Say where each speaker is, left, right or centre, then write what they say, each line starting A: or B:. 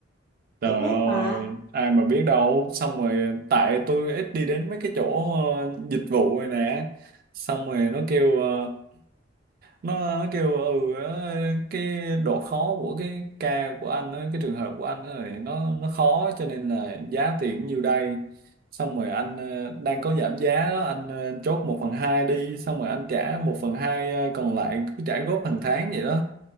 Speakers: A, on the right; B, on the left.
A: Trời
B: tôi biết
A: ơi,
B: mà
A: ai mà biết đâu. Xong rồi tại tôi ít đi đến mấy cái chỗ ờ, dịch vụ rồi nè. Xong rồi nó kêu ờ, nó, nó kêu ừ ờ, cái độ khó của cái ca của anh á, cái trường hợp của anh á thì nó nó khó cho nên là giá tiền nhiêu đây. Xong rồi anh ờ, đang có giảm giá đó, anh ờ, chốt một phần 2 đi, xong rồi anh trả một phần 2 ờ, còn lại cứ trả góp hàng tháng vậy đó